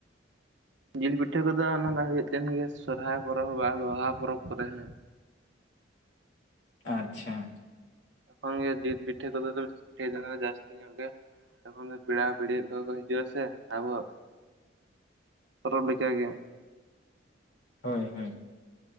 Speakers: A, on the right; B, on the left.
A: ᱡᱤᱞ ᱯᱤᱴᱷᱟᱹ ᱠᱚᱫᱚ ᱚᱱᱟ ᱫᱚ ᱦᱩᱭᱩᱜ ᱛᱮᱱ ᱜᱮᱭᱟ ᱥᱚᱨᱦᱟᱭ ᱯᱚᱨᱚᱵᱽ ᱵᱟ ᱵᱟᱦᱟ ᱯᱚᱨᱚᱵᱽ ᱠᱚᱨᱮ ᱦᱮᱸ
B: ᱟᱪᱪᱷᱟ
A: ᱛᱚᱠᱷᱚᱱ ᱜᱮ ᱡᱤᱞ ᱯᱤᱴᱷᱟᱹ ᱠᱚᱫᱚ ᱫᱚᱢᱮ ᱯᱤᱴᱷᱟᱹᱭᱫᱟᱞᱮ ᱡᱟᱹᱥᱛᱤ ᱧᱚᱜ ᱜᱮᱭᱟ ᱛᱚᱠᱷᱚᱱ ᱫᱚ ᱯᱮᱲᱟ ᱯᱤᱲᱤ ᱠᱚ ᱠᱚ ᱦᱤᱡᱩᱜᱼᱟ ᱥᱮ ᱟᱵᱚᱣᱟᱜ ᱯᱚᱨᱚᱵᱽ ᱞᱮᱠᱟᱜᱮ
B: ᱦᱳᱭ ᱦᱳᱭ